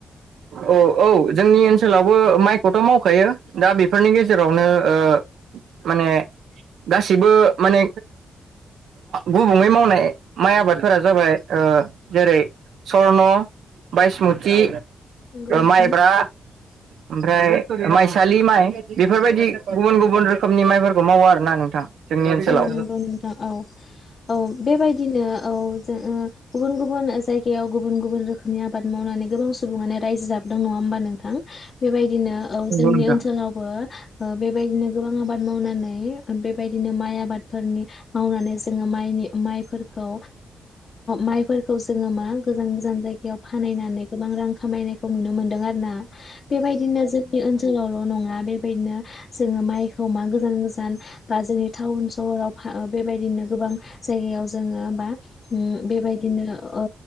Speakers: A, on the right; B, on the left.
A: औ औ जोंनि ओनसोलावबो माइखौथ मावखायो दा बेफोरनि गेजेरावनो ओ माने गासिबो माने गुबैयै मावनाय माइ आबादफोरा जाबाय ओ जेरै सरन बायसमुति
B: नंगौ नोंथां
A: माइब्रा ओमफ्राय माइसालि माइ बेफोरबायदि गुबुन गुबुन रोखोमनि माइफोरखौ मावो आरोना नोंथां जोंनि ओनसोलाव
B: औ नंगौ नोंथां औ औ बेबायदिनो औ जो ओ गुबुन गुबुन जायगायाव गुबुन गुबुन रोखोमनि आबाद मावनानै गोबां सुबङानो रायजो जाबो दों नङा हबा नोंथां बेबायदिनो औ
A: नंगौ
B: जोंनि
A: नोंथां
B: ओनसोलावबो बेबायदिनो गोबां आबाद मावनानै बेबायदिनो माइ आबादफोरनि मावनानै जोङो माइनि माइफोर रखौ माइफोरखौ जोङो मा गोजान गोजान जायगायाव फाननानै गोबां रां खामायनाय खौ नुनोमोनदों आरोना बेबायदिनो जोंनि ओनोलावल' नङा बेबायदिनो जोंङो माइ खौ मा गोजान गोजान बा जोंनि टाउन सहराव बेबायदिनो गोबां जायगायाव जोङो बा उम बेबायदिनो ओ